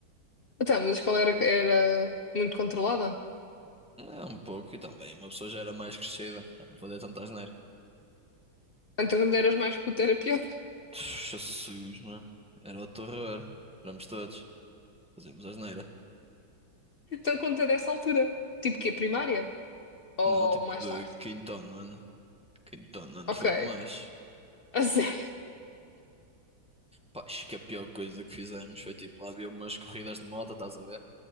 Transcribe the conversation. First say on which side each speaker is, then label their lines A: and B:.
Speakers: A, on the left; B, in the centre.
A: Então, mas a escola era, era muito controlada.
B: É um pouco, e também uma pessoa já era mais crescida, já não fazia tanta asneira.
A: Então, quando eras mais puto era pior.
B: Jesus, mano. Era o terror. Éramos todos. Fazíamos asneira.
A: Então conta dessa altura. Tipo que primária? Ou
B: Não, tipo
A: mais
B: de
A: tarde?
B: quinto ano. Quinto ano
A: Ok.
B: foi demais.
A: <laughs> A sério?
B: Pá, acho que a pior coisa que fizemos foi tipo, lá havia umas corridas de moto, estás a ver?